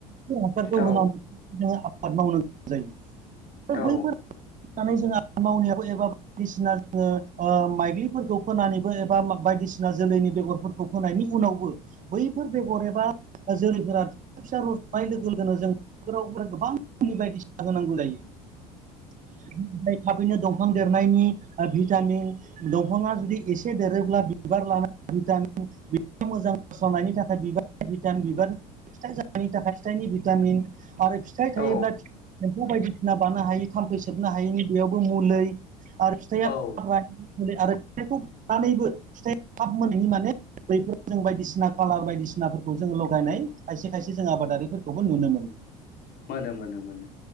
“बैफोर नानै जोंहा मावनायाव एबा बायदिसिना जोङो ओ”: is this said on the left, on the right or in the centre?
Right